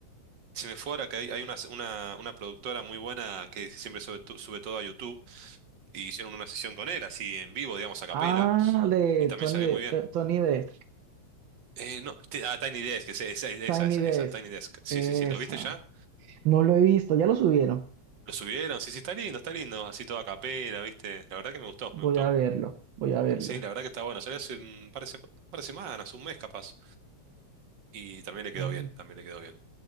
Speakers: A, on the right; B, on the right.
A: Se me fue ahora que hay, hay una, una, una productora muy buena que siempre sube, tu- sube todo a YouTube. Y hicieron una sesión con él, así en vivo, digamos, a capela.
B: Ah, de
A: Y también
B: Tony,
A: salió
B: de,
A: muy bien.
B: Tony Desk,
A: Eh, no, ti- ah, Tiny Desk, esa, esa, esa,
B: Tiny
A: esa,
B: Desk,
A: esa, Tiny Desk. Sí,
B: esa.
A: sí, sí, ¿lo viste ya?
B: No lo he visto, ya lo subieron.
A: Lo subieron, sí, sí, está lindo, está lindo, así toda capela, ¿viste? La verdad que me gustó,
B: Voy
A: me gustó.
B: a verlo, voy a verlo.
A: Sí, la verdad que está bueno, salió hace un par de, sema- par de semanas, un mes capaz, y también le quedó
B: Ay.
A: bien, también le quedó bien.